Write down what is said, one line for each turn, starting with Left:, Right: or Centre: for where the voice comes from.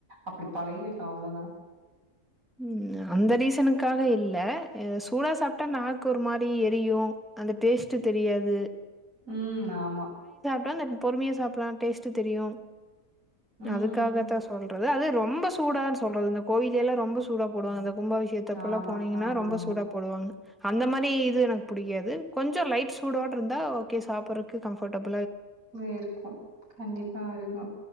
Right: அப்டி பழகிட்டோ அவ்ளோதா
Centre: உம் அந்த ரீசனுக்காக இல்ல எ சூடா சாப்ட்டா நாக்கு ஒரு மாரி எரியு அந்த டேஸ்ட்டு தெரியாது
Right: உம் ஆமா
Centre: அதுதா நம்ம பொறுமையா சாப்லாம் டேஸ்ட்டு தெரியு
Right: ம், ம்.
Centre: அதுக்காகத்தா சொல்றது அது ரொ ரொம்ப சூடானு சொல்றது இந்த கோயில்லலே ரொம்ப சூடா போடுவாங்க அ கும்பாபிஷேயத்தப்பலா
Right: ஆமா,
Centre: போனீங்கன்னா
Right: ஆமா,
Centre: ரொம்ப
Right: ஆமா.
Centre: சூட போடுவாங்க அந்த மாதி இது எனக்கு புடிக்காது கொஞ்சோ லைட் சூடோடருந்தா ஓகே சாப்பிட க்கு கம்ஃபட்டபுல்
Right: இருக்கு கண்டிப்பா இருக்கும்